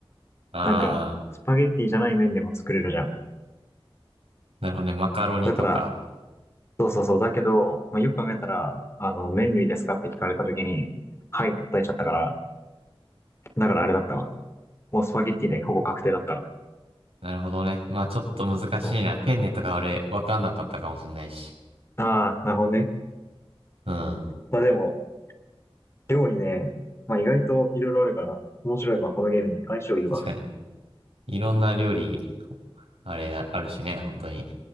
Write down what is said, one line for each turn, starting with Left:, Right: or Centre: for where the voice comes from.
Right: ああ、
Left: なんか、スパゲッティじゃない麺でも作れるじゃん。
Right: なるほどね。マカロニとか。
Left: だから、そうそうそう。だけど、まあ、よく考えたら、あの、麺類ですかって聞かれた時に、はいって答えちゃったから、だからあれだったわ。もうスパゲッティでほぼ確定だったわ。
Right: なるほどね。まあちょっと難しいな。
Left: そう。
Right: ペンネとか俺、わかんなかったかもしれないし。
Left: ああ、なるほどね。
Right: うん。
Left: まあでも、料理ね、まあ意外といろいろあるから、面白いわ、このゲームに。相性いいわ。
Right: 確かに。いろんな料理、あれだ、あるしね、本当に。